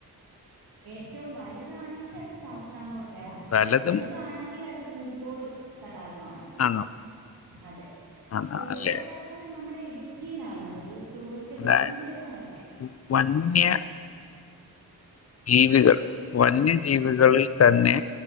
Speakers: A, on the right (about 70°); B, on the left (about 40°).
A: ഏറ്റവും വലുതാണെ ങ്കി അത് ശാസ്താകോ ട്ടയാ
B: പലതും
A: ചെറുതാണെങ്കിലത് പൂക്കോട് തടാകവാണ്
B: ആണോ
A: അതെ
B: ആണ്
A: പൂക്കോട്
B: അല്ലേ
A: തടാകം നമ്മുടെ ഇ ഇടുക്കിലാണ് അതൊരു ടൂറിസ്റ്റ് പ്ലേസും
B: അതായത്
A: കൂടി ആണല്ലോ
B: വന്യ ജീവികൾ വന്യജീവികളിൽ തന്നെ